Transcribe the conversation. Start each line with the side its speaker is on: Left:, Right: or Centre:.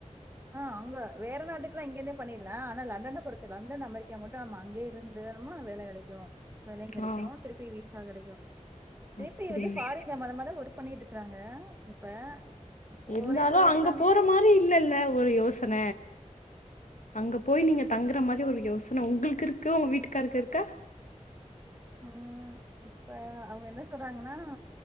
Right: ஆ அங்க வேற நாட்டுக்குல்லா இங்கருந்தே பண்ணிர்லா ஆனா லண்டன பொறுத்து லண்டன் அமெரிக்கா மட்டு நம்ம அங்கே ரெண்டு வாரமா வேல கெடைக்கு வேலயு கெடைக்கு
Left: ஆ
Right: திருப்பி விசா கெடைக்கு திருப்பி
Left: அப்டின்னு
Right: வந்து ஃபாரின் இங்க மொத மொத ஒர்க் பண்ணிட்ருக்காங்க இப்ப போறேன்னு
Left: இருந்தாலு
Right: சொல்லிட்டு
Left: அங்க
Right: இருக்காங்க.
Left: போற மாரி இல்லல்ல ஒரு யோசன அங்க போய் நீங்க தங்குற மாரி ஒரு யோசன உங்களுக் இருக்கு உங்க வீட்டுக்காருக்கு இருக்கா
Right: ம். இப்ப அவங்க என்ன சொல்றாங்கன்னா